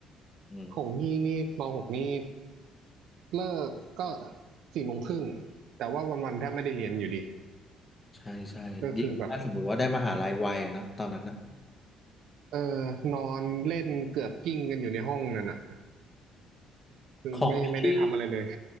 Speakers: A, on the left (about 25°); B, on the right (about 70°).
A: อืม
B: ของพี่นี่มหกนี่เลิกก็สี่โมงครึ่งแต่ว่าวันๆแทบไม่ได้เรียนอยู่ดี
A: ใช่ใช่ยิ่งถ้าสมมติว่าได้มหาลัยวัยอะเนาะตอนนั้นนะ
B: ก็คือแบบเออนอนเล่นเกือกกิ้งกันอยู่ในห้องนั่นน่ะคือไม่ไม่ได้ทำอะไรเลย
A: ของพี่